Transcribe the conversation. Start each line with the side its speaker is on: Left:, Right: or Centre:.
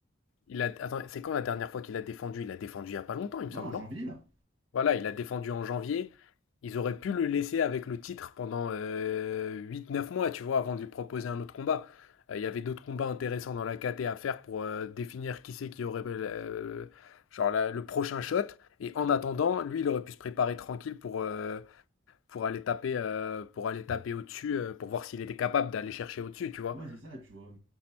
Left: Il a, attends, c'est quand la dernière fois qu'il a défendu? Il a défendu il n'y a pas longtemps, il me
Right: Ouais,
Left: semble,
Right: en
Left: non?
Right: janvier là.
Left: Voilà, il a défendu en janvier. Ils auraient pu le laisser avec le titre pendant euh, huit, neuf mois, tu vois, avant de lui proposer un autre combat. Euh, Il y avait d'autres combats intéressants dans la KT à faire pour euh, définir qui c'est qui aurait euh, genre la- le prochain shot. Et en attendant, lui, il aurait pu se préparer tranquille pour, euh, pour aller taper, euh, pour aller taper au-dessus, euh, pour voir s'il était capable d'aller chercher au-dessus, tu vois.
Right: Ouais, c'est ça, tu vois.